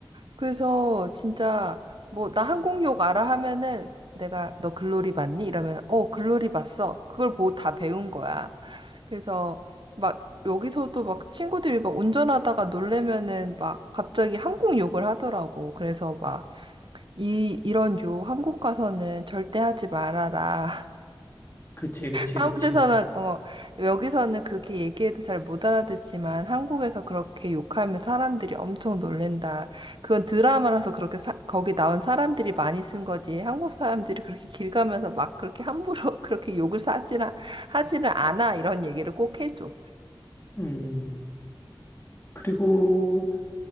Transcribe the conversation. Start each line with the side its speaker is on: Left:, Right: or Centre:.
Right: 그래서 진짜 뭐 나 항공욕 알아 하면은 내가 너 글로리 봤니? 이러면 어 글로리 봤어. 그걸 보고 다 배운 거야. 그래서 막 여기서도 막 친구들이 막 운전하다가 놀래면은 막 갑자기 항공욕을 하더라고. 그래서 막 이 이런 욕 한국 가서는 절대 하지 말아라.
Left: 그치, 그치,
Right: 아무
Left: 그치.
Right: 데서나 어 여기서는 그렇게 얘기해도 잘 못 알아듣지만 한국에서 그렇게 욕하면 사람들이 엄청 놀랜다. 그건 드라마라서 그렇게 사- 거기 나온 사람들이 많이 쓴 거지. 한국 사람들이 그렇게 길 가면서 막 그렇게 함부로 <laughs> 그렇게 욕을 하지나 하지는 않아 이런 얘기를 꼭 해줘.
Left: 음. 그리고